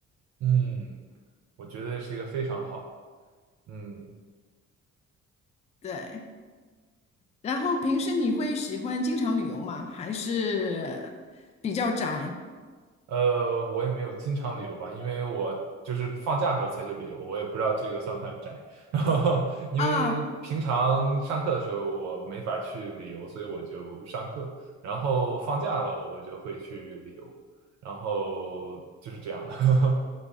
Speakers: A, on the right; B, on the left.
A: 嗯。我觉得这是一个非常好。嗯，
B: 对，然后平时你会喜欢经常旅游吗？还是比较宅？
A: 呃，我也没有经常旅游吧，因为我就是放假的时候才去旅游，我也不知道这个算不算宅。<laughs> 然后，因为平常上课的时候我没法去旅游，
B: 啊，
A: 所以我就上课。然后放假了，我就会去旅游。然后就是这样的。<laughs>